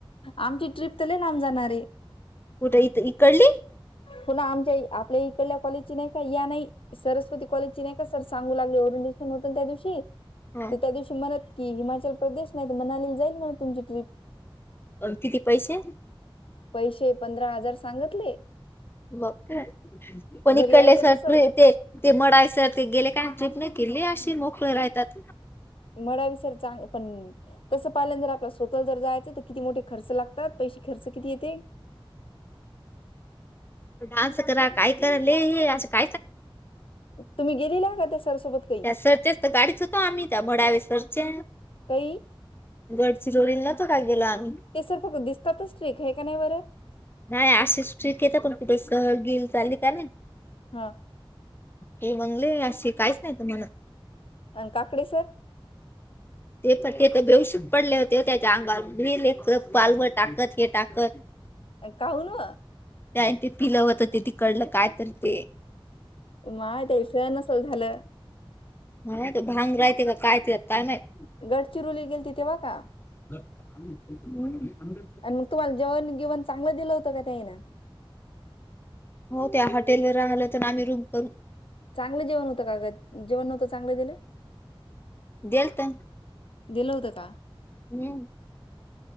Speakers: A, on the left (about 70°); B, on the left (about 25°).
A: आमची ट्रिप तर लय लांब जाणारे.
B: कुठं इथं इकडली?
A: पुला आमच्या आपल्या इकडल्या कॉलेजची नाही का या नाही. सरस्वती कॉलेजची नाही का सर सांगू लागले ओरंडिशन होत त्या दिवशी
B: हो
A: ते त्या दिवशी म्हणत कि हिमाचल प्रदेश नाही तर मनालीला जाईल म्हणे तुमची ट्रिप.
B: अन किती पैसे?
A: पैशे पंधरा हजार सांगतले.
B: मंग काय पण
A: जर
B: इकडल्या
A: यायचं
B: सर
A: नसल
B: य ते ते मडायसर ते गेले का <unintelligible> नाही केली अशी मोकळे राहतात
A: मडावीसर चांग पण तस पाहिल्या जर आपला स्वतः जर जायचं तर किती मोठे खर्च लागतात पैसे खर्च किती येते?
B: डान्स करा काय करा ले हे असं <unintelligible>
A: तुम्ही गेलेल्या का त्या सर सोबत क-
B: सरचेस तर गाडी सुतो आम्ही त्या भडावे सरचे
A: कई?
B: गडचिरोली ला न्हवतो का गेलो आम्ही?
A: ते सर फक्त दिसतातच स्ट्रिक हे का नाही बरं?
B: नाही अशीच स्ट्रीक हे तर पण कुठे सहल गिल चाली का नाही?
A: हा
B: हे बंगले असे काहीच नाही तुम्हाणा
A: अन काकडे सर?
B: ते पण ते तर बेहोशच पडले होते त्याच्या अंगावर <inaudible> पालवर टाकत हे टाकत. <inaudible>
A: काहून व.
B: त्यान ते पिलं व्हतं ते तिकडलं काय तर ते
A: उ माय ते ईशान नसंल झालं.
B: होय भांग रायती काय त्याच्यात काय माहित.
A: गडचिरोली गेलती तेव्हा का?
B: <unintelligible>
A: आणि मग तुम्हाला जेवण बीवण चांगलं दिलं होतं का त्या हिणं?
B: हो त्या हॉटेलवर राहलं होतो ना आम्ही रूम करून.
A: चांगलं जेवण होतं का ग? जेवण नव्हतं चांगलं दिलं?
B: देलतं
A: दिलं होतं का?
B: हम्म